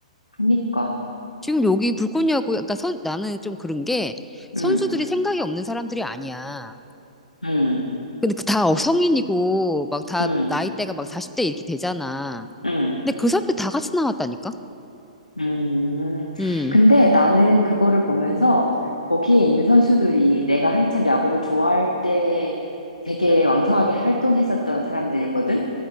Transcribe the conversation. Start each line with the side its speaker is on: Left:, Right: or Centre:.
Left: 하니까.
Centre: 지금 여기 불꽃이하고, 그러니까 선, 나는 좀 그런 게, 선수들이
Left: 응,
Centre: 생각이 없는 사람들이 아니야.
Left: 응,
Centre: 근데 그 다 성인이고, 막 다
Left: 응,
Centre: 나이대가 막 40대 이렇게 되잖아.
Left: 응,
Centre: 근데 그 사람들 다 같이 나왔다니까?
Left: 음.
Centre: 음,
Left: 근데 나는 그거를 보면서 거기에 있는 선수들이 내가 한참 야구를 좋아할 때 되게 왕성하게 활동했었던 사람들이거든?